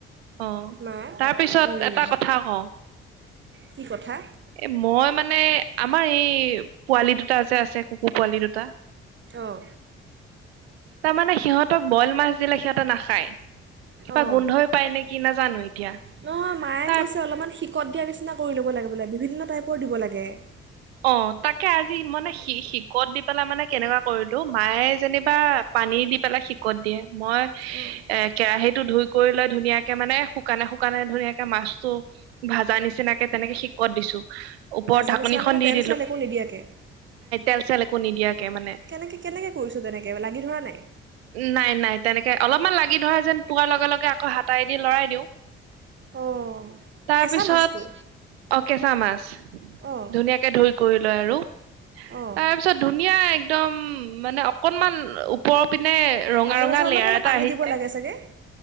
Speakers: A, on the right (about 85°); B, on the right (about 40°).
A: অ
B: মা,
A: তাৰ পিছত
B: উম
A: এটা কথা কওঁ
B: কি কথা?
A: এ মই মানে, আমাৰ এই পোৱালি দুটা যে আছে, কুকুৰ পোৱালি দুটা।
B: অঁ
A: তাৰমানে সিহঁত সিহঁতক বইল মাছ দিলে, সিহঁতে নাখায়। কিবা
B: অ',
A: গোন্ধই পায় নে কি নাজানো এতিয়া
B: নহয় মায়ে
A: তাৰ
B: কৈছে অলপমান সিকত দিয়া নিচিনা কৰি ল'ব লাগে বোলে, বিভিন্ন টাইপৰ দিব লাগে।
A: অ', তাকে আজি মানে সি সিকত দি পেলাই মানে কেনেকুৱা কৰিলোঁ, মায়ে যেনিবা পানী দি পেলাই শিকত দিয়ে। মই
B: অঁ
A: এ, কেৰাহিত টো ধুই কৰি লৈ ধুনীয়াকে মানে শুকানে-শুকানে ধুনীয়াকে মাছটো ভাজা নিচিনাকে তেনেকে সিকত দিছোঁ। ওপৰত
B: ভাজা
A: ঢাকনিখন
B: নিচিনা মানে
A: দি
B: তেল একো নিদিয়াকে
A: তেল-চেল একো নিদিয়াকে। মানে
B: কেনেকে? কেনেকে কৰিছ তেনেকে, লাগি ধৰা নাই?
A: নাই নাই তেনেকে অলপমান লাগি ধৰা যেন পোৱাৰ লগে-লগে আকৌ হাতাই দি লৰাই দিওঁ।
B: অঁ
A: তাৰপিছত,
B: কেঁচা মাছটো
A: <unintelligible> কেঁচা মাছ
B: অঁ
A: ধুনীয়া কৰি লয় আৰু,
B: অঁ
A: তাৰপিছত ধুনীয়া একদম মানে অকণমান ওপৰত পিনে ৰঙা-ৰঙা
B: মাজে মাজে
A: লেয়াৰ
B: অলপ অলপ
A: এটা
B: পানী
A: আহিছে।
B: দিব লাগে চাগে